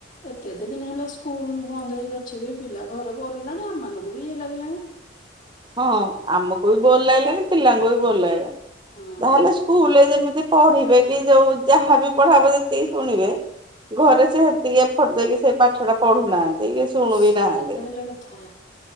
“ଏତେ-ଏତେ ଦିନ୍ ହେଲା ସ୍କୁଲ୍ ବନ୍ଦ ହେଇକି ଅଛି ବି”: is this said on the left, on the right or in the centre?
Left